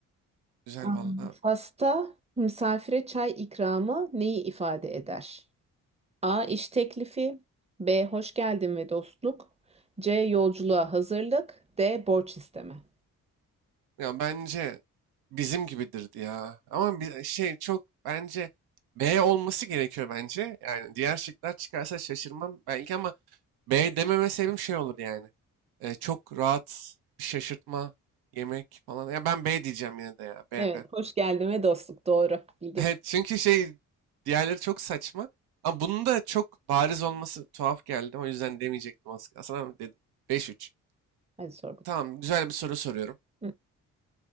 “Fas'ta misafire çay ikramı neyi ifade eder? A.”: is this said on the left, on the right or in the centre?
Right